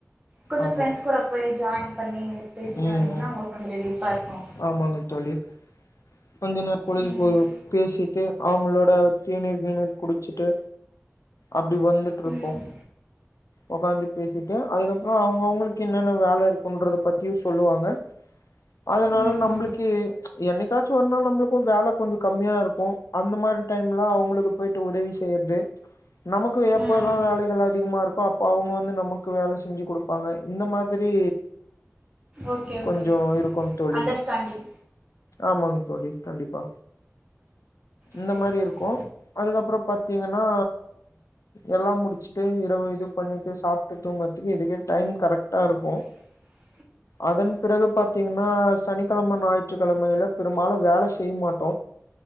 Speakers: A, on the right; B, on the left.
A: கொஞ்சோ
B: ஆமா
A: ஃப்ரெண்ட்ஸ் கூட போய் ஜாயின் பண்ணி பேசிட்டு
B: ம்
A: வந்தீங்கன்னா உங்களுக்கு கொஞ்சோ ரிலீஃபாருக்கு
B: ஆமாங்க தோழி கொஞ்ச நேர் பொழுதுபோய்
A: ம்
B: பேசிட்டு அவங்களோட தேநீர் கீநீர் குடிச்சுட்டு அப்டி வந்துட்டுருப்போ
A: ம்
B: ஒக்காந்து பேசிட்டு அதுக்கப்றோ அவங்க அவங்களுக்கு என்னென்ன வேல இருக்குன்றத பத்தியு சொல்லுவாங்க அதனால
A: ம்
B: நம்மளுக்கு என்னைக்கா ச்சு ஒரு நாள் நம்மளுக்கு வேலை கொஞ்ச கம்மியா இருக்கூ அந்த மாரி டைம்ல அவங்களுக்கு போய்ட்டு உதவி செய்யறது நமக்கு எப்ப
A: ம்
B: எல்லா வேலைகள் அதிகமா இருக்கு அப்ப அவங்க வந்து நமக்கு வேல செஞ்சு குடுப் பாங்க இந்த மாரி
A: ஓகே ஓகே
B: கொஞ்சோ இருக்கூ தோழி
A: அண்டர்ஸ்டாண்டிங்
B: ஆமாங் தோழி கண்டிப்பா இந்த
A: செரி
B: மாரி
A: செரி
B: இருக்கூ அதுக்கப்றோ பாத்தீங்கன்னா எல்லா முடிச்சிட்டு இரவு இது பண்ணிட்டு சாப்ட்டு தூங்கறதுக்கு இதுக்கே டைம் கரெக்டா இருக்கூ
A: <inaudible>
B: அதன் பிறகு பாத்தீங்கன்னா சனி கெழம ஞாயிற்றுக்கெழமையில பெரும்பாலு வேல செய் மாட்டோ